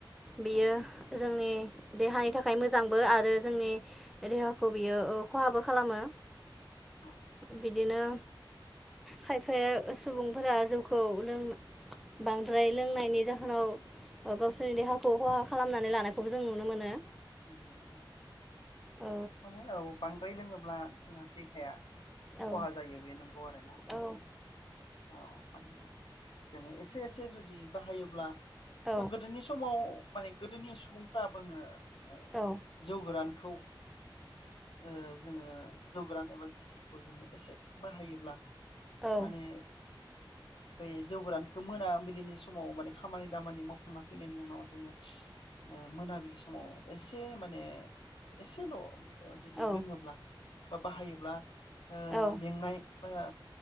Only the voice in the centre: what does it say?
बियो
जोंनि देहानि थाखाय मोजांबो आरो जोंनि देहाखौ बियो ओ खहाबो खालामो।
बिदिनो खायफाया सुबुंफोरा जौखौ लों बां द्राय लोंनायनि जाहोनाव गावसोरनि देहाखौ खहा खालामनानै लानायखौबो जों नुनो मोनो।
औ
औ
औ
औ
औ
औ
औ
औ